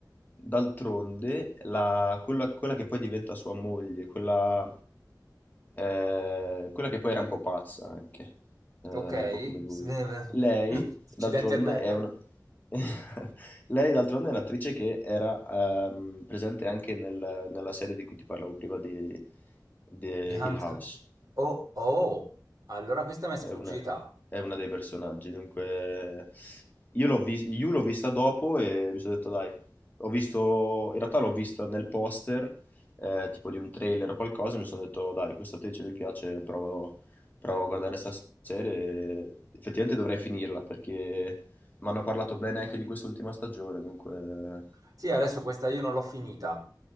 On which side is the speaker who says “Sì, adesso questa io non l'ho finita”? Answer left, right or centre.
Right